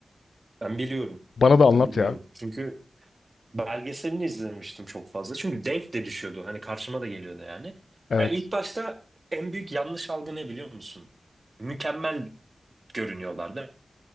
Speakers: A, on the right; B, on the left.
A: Ben biliyorum.
B: bana da anlat
A: Ben biliyorum.
B: ya.
A: Çünkü belgeselini izlemiştim çok fazla. Çünkü denk de düşüyordu. Hani karşıma da geliyordu yani.
B: Evet.
A: Ya ilk başta en büyük yanlış algı ne biliyor musun? Mükemmel görünüyorlar değil mi?